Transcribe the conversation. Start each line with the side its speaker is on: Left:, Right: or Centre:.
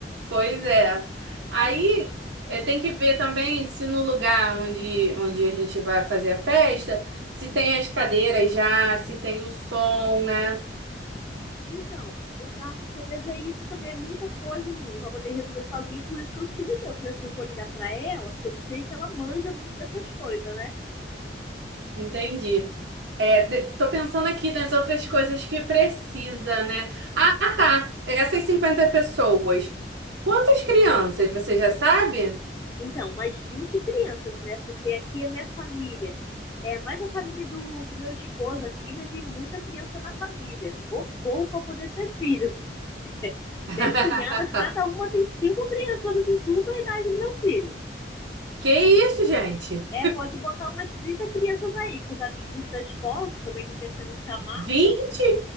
Right: Pois é. Aí
Left: Aí,
Right: eh, tem que ver também se no lugar onde, onde a gente vai fazer a festa, se tem as cadeiras já, se tem o som, né?
Left: então, eu tava pra poder ver isso também. É muita coisa, menina, pra poder resolver sozinha. Por isso que eu te liguei. Eu falei assim, eu vou ligar pra ela, porque eu sei que ela manja muito dessas coisas, né?
Right: Entendi. É, de- tô pensando aqui nas outras coisas que precisa, né? Ah, tá. Essas 50 pessoas. Quantas crianças, você já sabe?
Left: Então, umas 20 crianças, né? Porque aqui é minha família. É, mais a família do, do meu esposo aqui, né? Tem muita criança na família. Ou pouco para poder ter filho. <laughs>
Right: <laughs>
Left: Minhas cunhadas, cada uma tem cinco crianças, assim, tudo a idade do meu filho.
Right: Que isso, gente?
Left: É, pode botar umas 30 crianças aí, com os amiguinhos da escola, que eu também tô pensando em chamar.
Right: vinte